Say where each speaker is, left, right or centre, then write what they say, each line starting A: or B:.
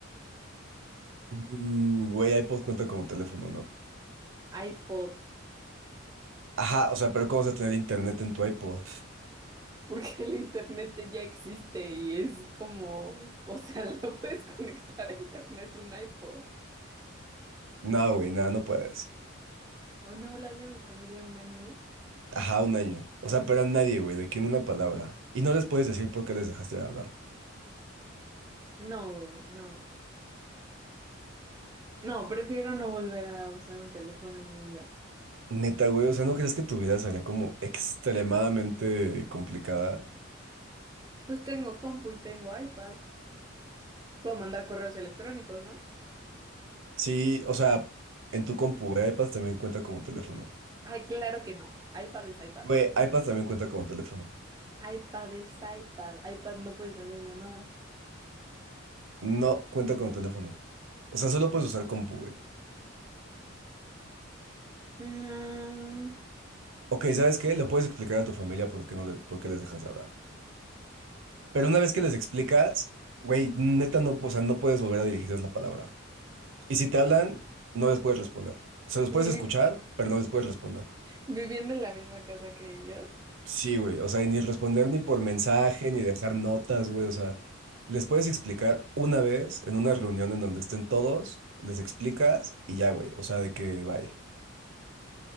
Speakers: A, on the right; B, on the right.
A: Mm, Güey, iPod cuenta como teléfono, ¿no?
B: iPod,
A: Ajá, o sea, pero ¿cómo vas a tener internet en tu iPod?
B: <laughs> porque el internet ya existe y es como, o sea, <laughs> lo puedes conectar a internet un iPod.
A: No, güey, nada, no puedes.
B: O no hablarle a mi familia un año.
A: Ajá, un año. O sea, pero a nadie, güey, de quién una palabra. Y no les puedes decir por qué les dejaste de hablar.
B: No, no. No, prefiero no volver a usar un teléfono en mi vida.
A: Neta, güey, o sea, ¿no crees que tu vida sería como extremadamente complicada?
B: Pues tengo compu y tengo iPad. Puedo mandar correos electrónicos, ¿no?
A: Sí, o sea, en tu compu, güey, iPad también cuenta como teléfono.
B: Ay, claro que no. iPad es iPad.
A: Güey, iPad también cuenta como teléfono.
B: iPad es iPad. iPad no puedes hacer llamadas.
A: No cuenta como teléfono. O sea, solo puedes usar compu, güey.
B: Mm,
A: Ok, ¿sabes qué? Le puedes explicar a tu familia por qué no le- por qué les dejas de hablar. Pero una vez que les explicas, güey, neta no, o sea, no puedes volver a dirigirles la palabra. Y si te hablan, no les puedes responder. O sea, los puedes
B: Y vi-
A: escuchar, pero no les puedes responder.
B: viviendo en la misma casa que yo.
A: Sí, güey, o sea, y ni responder ni por mensaje, ni dejar notas, güey, o sea, les puedes explicar una vez en una reunión en donde estén todos, les explicas y ya, güey, o sea, de que bye.